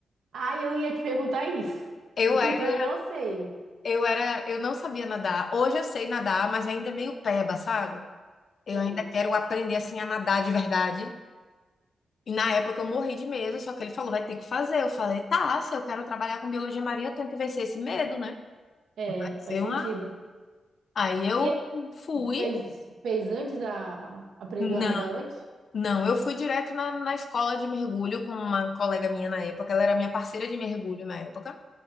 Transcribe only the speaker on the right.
Ah, eu ia te perguntar isso,
porque
eu também não sei.
Sei.
É,
faz sentido.
E aí,
tu fez, fez antes a, aprendeu
a nadar antes?